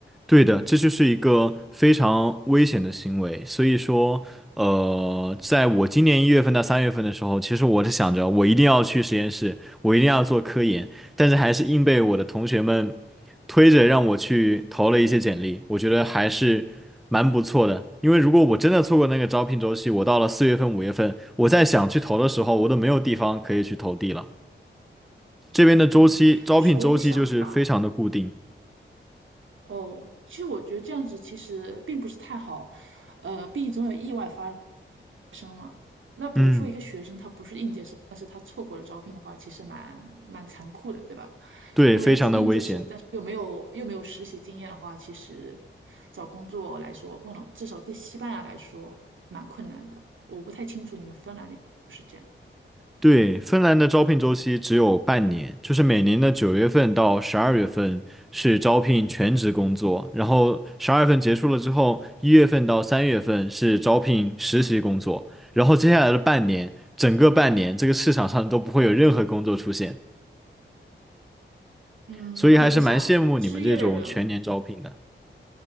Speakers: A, in the centre; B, on the right (about 75°).
A: 对的，这就是一个非常危险的行为。所以说，呃，在我今年一月份到三月份的时候，其实我是想着我一定要去实验室，我一定要做科研，但是还是硬被我的同学们推着让我去投了一些简历。我觉得还是蛮不错的，因为如果我真的错过那个招聘周期，我到了四月份、五月份，我在想去投的时候，我都没有地方可以去投递了。这边的周期，
B: 嗯，
A: 招聘周期就是非常的固定。
B: 就是我有个想法，哦，其实我觉得这样子其实并不是太好，呃，毕竟总有意外发生嘛。那比如说一个学生他不是应届生，
A: 嗯，
B: 但是他错过了招聘的话，其实蛮蛮残酷的，对吧？
A: 对，
B: 因为应届生，
A: 非常的危险。
B: 但是又没有又没有实习经验的话，其实找工作来说，不能，至少对西班牙来说蛮困难的。我不太清楚你们芬兰那边是不是这样。
A: 对，芬兰的招聘周期只有半年，就是每年的九月份到十二月份是招聘全职工作，然后十二月份结束了之后，一月份到三月份是招聘实习工作，然后接下来的半年，整个半年这个市场上都不会有任何工作出现，
B: 嗯，
A: 所以还是蛮羡慕你们这种全年招聘的。
B: 那我在想，失业的人